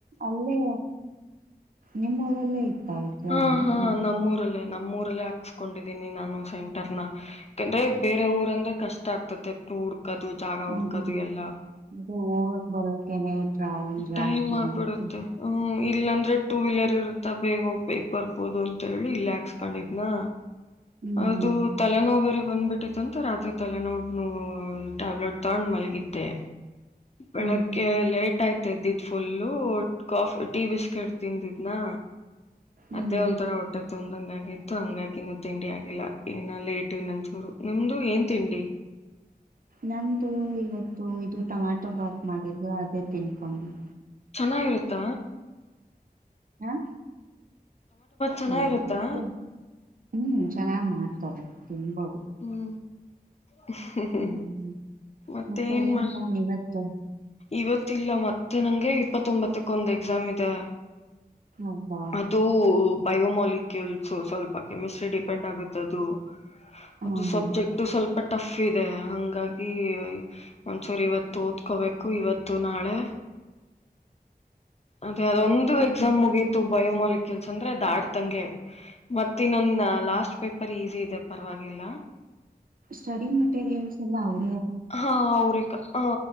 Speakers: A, on the right (about 60°); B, on the left (about 40°).
A: ಅಲ್ಲೇ ನಿಮ್ಮೂರಲ್ಲೇ ಇತ್ತ ಎಕ್ಸಾಮ್
B: ಹಾ
A: ಹ್ಮ್
B: ಹಾ ನಮ್ಮೂರಲ್ಲೇ ನಮ್ಮೂರಲ್ಲೇ ಹಾಕ್ಕೊಂಡಿದ್ದೀನಿ ನಾನು ಸೆಂಟರ್ ನಾ ಯಾಕಂದ್ರೆ ಬೇರೆ ಊರು ಅಂದ್ರೆ ಕಷ್ಟ ಆಗ್ತೆ ತೂಡ್ <unintelligible> ಹಾಕೋದು ಜಾಗ
A: ಹ್ಮ್
B: ಹುಡುಕೋದು ಎಲ್ಲ
A: ಅದು ಹೋಗಕ್ ಬರೋಕೇನೆ ಟ್ರಾವೆಲ್ ಜಾಸ್ತಿ
B: ಟೈಮ್ ಆಗ್ಬಿಡುತ್ತೆ
A: ಆಗುತ್ತೆ
B: ಹ್ಮ ಇಲ್ಲಾಂದ್ರೆ ಟು ವೀಲರ್ ಇರುತ್ತಾ ಬೇಗ ಹೋಗ್ಬೇಕು ಬರ್ಬೋದು ಅಂತ ಹೇಳಿ ಇಲ್ಲೇ ಹಾಕಿಸ್ಕೊಂಡಿದ್ನಾ
A: ಹ್ಮ್
B: ಅದು ತಲೆನೋವು ಬೇರೆ ಬಂದ್ಬಿಟ್ಟೈತಂತ ರಾತ್ರಿ ತಲೆ ನೋಡ್ ಟ್ಯಾಬ್ಲೆಟ್ ತಗೊಂಡ್ ಮಲ್ಗಿದ್ದೆ ಬೆಳಿಗ್ಗೆ
A: ಹ್ಮ್
B: ಲೇಟ್ ಆಯ್ತು ಎದ್ದಿದ್ದು ಫುಲ್ಲು ಕಾಫಿ ಟೀ ಬಿಸ್ಕೆಟ್ ತಿಂದಿದ್ನಾ
A: ಹ್ಮ್ ಹ್ಮ್
B: ಅದೇ ಒಂತರಾ ಹೊಟ್ಟೆ ತುಂಬಿದಂಗಾಗಿ ಥೂ ನಮ್ಗ್ ಯಾಕ್ ಇನ್ನು ತಿಂಡಿ ಆಗಿಲ್ಲ ಇನ್ನ ಲೇಟು ಇನ್ನೊಂದು ನಿಮ್ದು ಏನ್ ತಿಂಡಿ.
A: ನಂದು ಇವತ್ತು ಇದು ಟೊಮ್ಯಾಟೋ ಬಾತ್ ಮಾಡಿದ್ರು ಅದೇ ತಿನ್ಕೊಂಡೆ.
B: ಚೆನ್ನಾಗಿರುತ್ತ.
A: ಹಾ
B: ಚೆನ್ನಾಗಿರುತ್ತಾ
A: ಇರುತ್ತೆ ಹ್ಮ್ ಚೆನ್ನಾಗ್ ಮಾಡ್ ಕರೆ ತುಂಬಾ.
B: ಹ್ಮ ಹಃ ಹಃ
A: ಹ್ಮ್
B: ಹ ಮತ್ತೇನ್
A: ಮತ್ತೆ ಏನ್
B: ಮ
A: ಪ್ಲಾನ್ ಇವತ್ತು
B: ಇವತ್ತಿಲ್ಲ ಮತ್ ಮತ್ತೆ ನಂಗೆ ಇಪ್ಪತ್ ತೋಮ್ಬತುಕ್ ಒಂದ್ ಎಕ್ಸಾಮ್ ಇದೆ.
A: ಹೌದಾ
B: ಅದು ಬಯೋಮಾಲಿಕ್ಯುಲ್ಸು ಸ್ವಲ್ಪ ಕೆಮಿಸ್ಟ್ರಿ ಡಿಫೆಂಡ್ ಆಗುತ್ ಅದು.
A: ಹಾ
B: ಅದು
A: ಹಾ
B: ಸಬ್ಜೆಕ್ಟು ಸ್ವಲ್ಪ ಟಫ್ ಇದೆ ಹಂಗಾಗಿ ಒಂಚೂರ್ ಇವತ್ತು ಓದ್ಕೋಬೇಕು ಇವತ್ತು ನಾಳೆ. ಅದೇ ಅದೊಂದು ಎಕ್ಸಾಮ್ ಮುಗೀತು ಬಯೋಮಾಲಿಕ್ಯೂಲ್ಸ್ ಅಂದ್ರೆ ದಾಟ್ ದಂಗೆ ಮತ್ ಮತ್ ಇನ್ನೊಂದ್ ಲಾಸ್ಟ್ ಪೇಪರ್ ಈಸಿ ಇದೆಪ. ಪರ್ವಾಗಿಲ್ಲ.
A: ಸ್ಟಡಿ ಮೆಟೀರಿಯಲ್ಸ್ ಎಲ್ಲ ಹೌದ್
B: ಹಾ ಅವ್ರೆಕ ಹ.